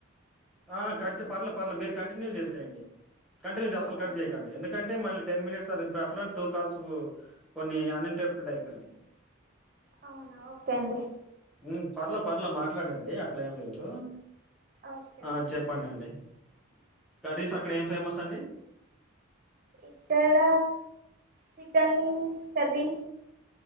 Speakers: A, in the centre; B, on the right.
A: ఆ కట్ పర్లే పర్లే మీరు కంటిన్యూ జేసేయండి. కంటిన్యూ జ అసల్
B: అవునా
A: కట్ జేయికండి. ఎందుకంటే టె మళ్ళీ టెన్ మినిట్స్ స ఇప్పుడు అట్లా టూ కాల్స్ కొన్ని అన్ఎంటెప్టెడ్ అయిపోనై
B: అవునా ఓకే అండి
A: మ్మ్ పర్లే పర్లే మాట్లాడండి అట్లెం లేదు.
B: ఓకే
A: ఆ
B: ఓకే
A: చేపండండి
B: అండి
A: కర్రీస్ అక్కడ ఏం ఫేమస్ అండి?
B: ఇక్కడ చికెన్ కర్రీ